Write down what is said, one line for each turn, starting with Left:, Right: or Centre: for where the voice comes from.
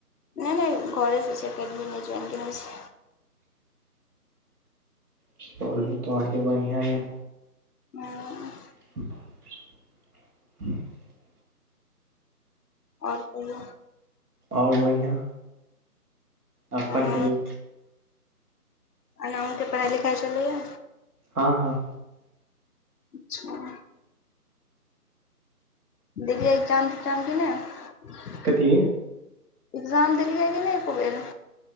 Left: नहि नहि घरेसँ छै एकेडमी नहि ज्वाइन केने छै
Right: चलू तोहर तऽ बढ़िया य
Left: <inaudible> यं
Right: <unintelligible>
Left: और कहियौ
Right: आओर बढ़िया
Left: हँ
Right: अपन कहियौ
Left: अना ओे पढ़ाई लिखाइ चलैए
Right: हँ हँ
Left: अच्छा <inaudible> देखियऔ एक्जाम <inaudible> ठ्जाम कि नहि
Right: कथी
Left: एकग्जाम <inaudible> देलियै कि नहि एको बेर